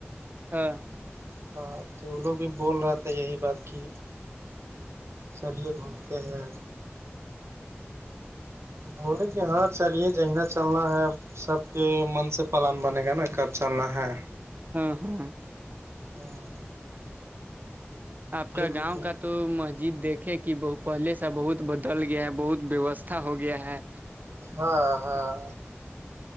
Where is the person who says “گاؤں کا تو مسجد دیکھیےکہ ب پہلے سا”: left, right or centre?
Right